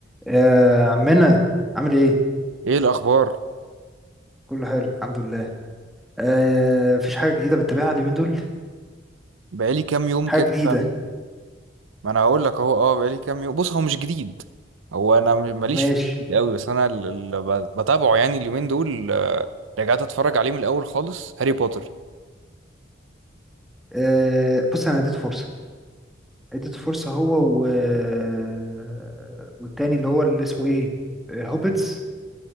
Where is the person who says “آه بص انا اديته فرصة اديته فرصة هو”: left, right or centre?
Centre